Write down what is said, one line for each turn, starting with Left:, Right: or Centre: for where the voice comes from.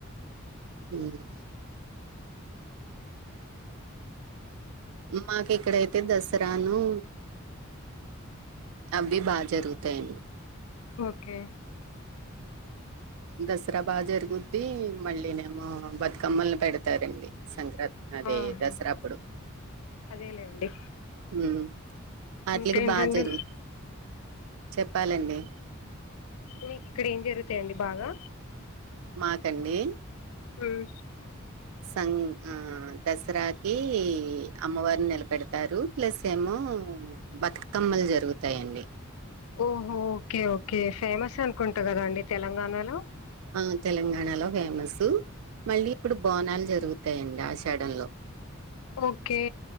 Right: మ్ మాకు ఇక్కడైతే దసరాను అవి బాగా జరుగుతాయండి
Left: ఓకే
Right: దసరా బాగా జరుగుద్ది మళ్ళీనేమో బతుకమ్మల్ని పెడుతారండి సంక్ర త్ అది
Left: ఆహా
Right: దసరా అప్పుడు
Left: అదేలేండి
Right: మ్ అట్లకి
Left: ఇంకేంటండి
Right: బాగ జరుగ్ చెప్పాలండి
Left: మీకు ఇక్కడ ఏం జరుగుతాయండి బాగా
Right: మాకండి
Left: ఉమ్,
Right: సంక్ ఆ దసరాకి అమ్మవారిని నిలబెడుతారు ప్లస్ ఏమో బతుకమ్మ జరుగుతాయండి.
Left: ఓహో ఓకే ఓకే ఫేమస్ అనుకుంటా కదా అండి తెలంగాణలో
Right: ఆ తెలంగాణలో ఫేమసు మళ్ళీ ఇప్పుడు బోనాలు జరుగు తై అండి ఆషాడంలో
Left: ఓకే